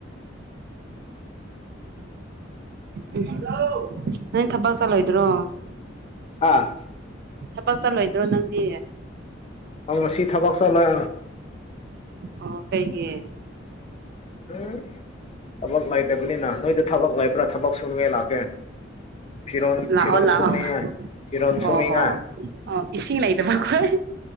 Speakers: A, on the right (about 55°); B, on the left (about 35°).
A: ꯎꯝ ꯅꯪ ꯊꯕꯛ ꯆꯠꯂꯣꯏꯗ꯭ꯔꯣ
B: ꯍꯥꯥ
A: ꯊꯕꯛ ꯆꯠꯂꯣꯏꯗ꯭ꯔꯣ ꯅꯪꯗꯤ
B: ꯑꯪ ꯉꯁꯤ ꯊꯕꯛ ꯆꯠꯂ
A: ꯑꯣ ꯀꯩꯒꯤ
B: ꯎꯝ ꯊꯕꯛ ꯂꯩꯇꯕꯅꯤꯅ ꯅꯣꯏꯗ ꯊꯕꯛ ꯂꯩꯕ꯭ꯔꯥ ꯊꯕꯛ ꯁꯨꯅꯉꯦ ꯂꯥꯛꯀꯦ ꯐꯔꯣꯟ
A: ꯂꯥꯛꯑꯣ
B: ꯐꯤꯔꯣꯟ
A: ꯂꯥꯛꯑꯣ
B: ꯁꯣꯅꯤꯡꯉ ꯐꯔꯣꯟ ꯁꯣꯅꯤꯡꯉ
A: ꯑꯣ ꯑꯣ ꯑꯣ ꯏꯁꯤꯡ ꯂꯩ ꯂꯩꯗ ꯃꯈꯈꯣꯏ